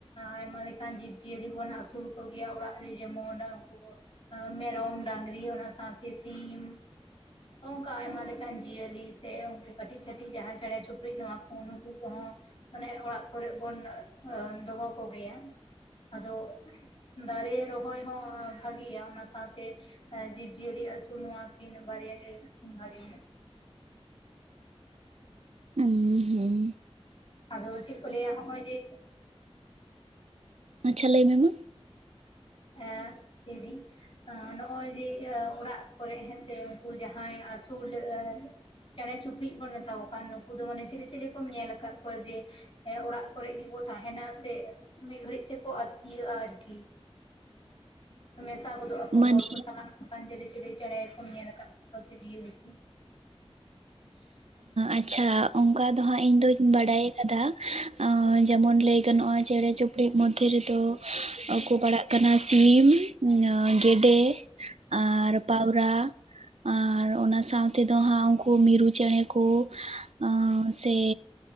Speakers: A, on the left (about 60°); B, on the right (about 85°).
A: ᱟᱭᱢᱟ ᱞᱮᱠᱟᱱ ᱡᱤᱵᱽᱡᱤᱭᱟᱹᱞᱤ ᱵᱚᱱ ᱟᱹᱥᱩᱞ ᱠᱚᱜᱮᱭᱟ ᱚᱲᱟᱜ ᱨᱮ ᱡᱮᱢᱚᱱ ᱩᱱᱠᱩ ᱠᱚ ᱢᱮᱨᱚᱢ ᱰᱟᱝᱨᱤ ᱚᱱᱟ ᱥᱟᱶᱛᱮ ᱥᱤᱢ ᱱᱚᱝᱠᱟ ᱟᱭᱢᱟ ᱞᱮᱠᱟᱱ ᱡᱤᱭᱟᱹᱞᱤ ᱥᱮ ᱩᱱᱠᱩ ᱠᱟᱹᱴᱤᱡ ᱠᱟᱹᱴᱤᱡ ᱡᱟᱦᱟᱸ ᱪᱮᱬᱮ ᱪᱤᱯᱲᱩᱫ ᱱᱚᱣᱟ ᱠᱚ ᱱᱩᱠᱩ ᱠᱚᱦᱚᱸ ᱢᱟᱱᱮ ᱚᱲᱟᱜ ᱠᱚᱨᱮᱜ ᱵᱩᱱ ᱫᱚᱦᱚ ᱠᱚᱜᱮᱭᱟ᱾ ᱟᱫᱚ ᱫᱟᱨᱮ ᱨᱚᱦᱚᱭ ᱦᱚᱸ ᱵᱷᱟᱜᱮᱭᱟ ᱚᱱᱟ ᱥᱟᱶᱛᱮ ᱡᱮᱵᱽ ᱡᱤᱭᱟᱹᱫᱤ ᱟᱥᱩᱞ ᱱᱚᱣᱟ ᱟᱠᱤ ᱱᱚᱵᱟᱨ ᱨᱮᱭᱟᱜ ᱜᱮ ᱵᱷᱟᱜᱮᱭᱟ᱾
B: ᱚᱸ ᱦᱚᱸ
A: ᱟᱫᱚ ᱪᱮᱫ ᱠᱚ ᱞᱟᱹᱭᱟ ᱦᱚᱸᱜᱼᱚᱭ ᱡᱮ
B: ᱟᱪᱪᱷᱟ ᱞᱟᱹᱭ ᱢᱮ ᱢᱟ᱾
A: ᱮᱸ ᱞᱮᱭᱫᱤᱧ ᱮᱸ ᱱᱚᱜᱼᱚᱭ ᱡᱮ ᱚᱲᱟᱜ ᱠᱚᱨᱮᱜ ᱦᱮᱸᱥᱮ ᱩᱱᱠᱩ ᱡᱟᱦᱟᱸᱭ ᱟᱹᱥᱩᱞ ᱮᱸ ᱪᱮᱬᱮ ᱪᱩᱯᱲᱩᱫ ᱵᱚᱱ ᱢᱮᱛᱣᱟ ᱠᱟᱱ ᱱᱩᱠᱩ ᱫᱚ ᱢᱟᱱᱮ ᱪᱤᱞᱤ ᱪᱤᱞᱤ ᱠᱚᱢ ᱧᱮᱞ ᱟᱠᱟᱫ ᱠᱚᱣᱟ ᱡᱮ ᱚᱲᱟᱜ ᱠᱚᱨᱮ ᱜᱮᱠᱚ ᱛᱟᱦᱮᱱᱟ ᱥᱮ ᱢᱤᱫ ᱜᱷᱟᱹᱲᱤᱡ ᱛᱮᱠᱚ ᱤᱭᱟᱹᱜᱼᱟ ᱟᱨᱠᱤ᱾ ᱢᱮᱥᱟ ᱜᱚᱫᱚᱜ ᱟᱠᱚ
B: ᱢᱟᱱᱮ
A: ᱦᱚᱲ ᱠᱚ ᱥᱟᱱᱟᱢ ᱚᱱᱠᱟᱱ ᱪᱮᱞᱮ ᱪᱮᱞᱮ ᱪᱮᱬᱮ ᱠᱚ ᱧᱮᱞ ᱟᱠᱟᱫᱠᱚᱣᱟ ᱥᱮ ᱡᱤᱭᱟᱹᱞᱤ ᱠᱚ᱾
B: ᱟᱪᱪᱷᱟ ᱚᱱᱠᱟ ᱫᱚ ᱦᱟᱸᱜ ᱤᱧᱫᱚᱧ ᱵᱟᱰᱟᱭ ᱠᱟᱫᱟ ᱮᱸ ᱡᱮᱢᱚᱱ ᱞᱟᱹᱭ ᱜᱟᱱᱚᱜᱼᱟ ᱪᱮᱬᱮ ᱪᱤᱯᱲᱩ ᱢᱚᱫᱽᱫᱷᱮ ᱨᱮᱫᱚ <unintelligible> ᱯᱟᱲᱟᱜ ᱠᱟᱱᱟ ᱥᱤᱢ ᱜᱮᱰᱮ ᱟᱨ ᱯᱟᱣᱨᱟ ᱟᱨ ᱚᱱᱟ ᱥᱟᱶ ᱛᱮᱫᱚ ᱦᱟᱸᱜ ᱩᱱᱠᱩ ᱠᱚ ᱢᱤᱨᱩ ᱪᱮᱬᱮ ᱠᱚ ᱟᱸ ᱥᱮ